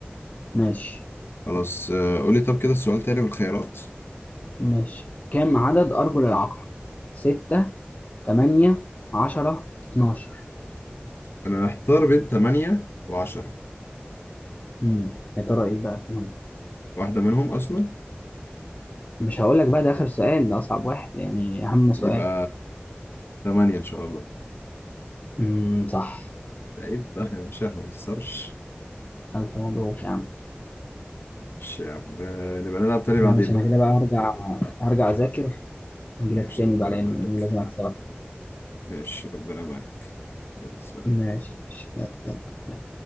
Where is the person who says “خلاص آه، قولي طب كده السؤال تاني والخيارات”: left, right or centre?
Left